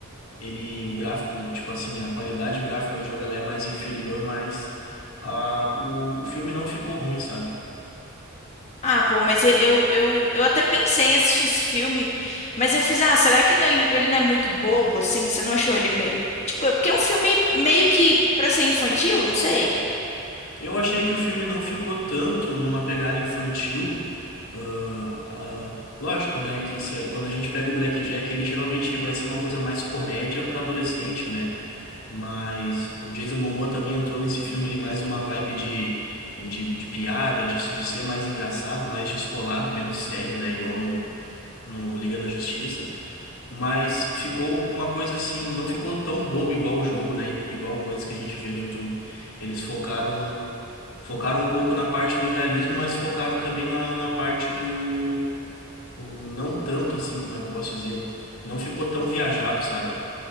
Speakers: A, on the left (about 85°); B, on the left (about 30°).
A: ele, o gráfico, tipo assim, a qualidade gráfica do jogo, ela é mais inferior, mas ah, o, o filme não ficou ruim, sabe?
B: Ah, pô, mas eu, eu, eu, eu até pensei em assistir esse filme, mas eu fiz, ah, será que não- é ele, ele não é muito bobo, assim? Você não achou ele meio. Tipo, é porque é um filme meio que pra ser infantil, não sei.
A: Eu achei que o filme não ficou tanto numa pegada infantil. ah, ah, lógico, né, que se, quando a gente pega o Blackjack, ele geralmente vai ser uma coisa mais comédia para adolescente, né? Mas o Jason Momoa também entrou nesse filme ele mais uma vibe de, de, de piada, de, de ser mais engraçado, mais descolado, menos sério, né? Igual no, no Liga da Justiça. Mas ficou uma coisa assim, não ficou tão bobo igual o jogo, né? Igual coisas que a gente vê no YouTube. Eles focaram. Focaram um pouco na parte do realismo, mas focaram também na, na parte do. O, não tanto assim, como é que eu posso dizer? Não ficou tão viajado, sabe?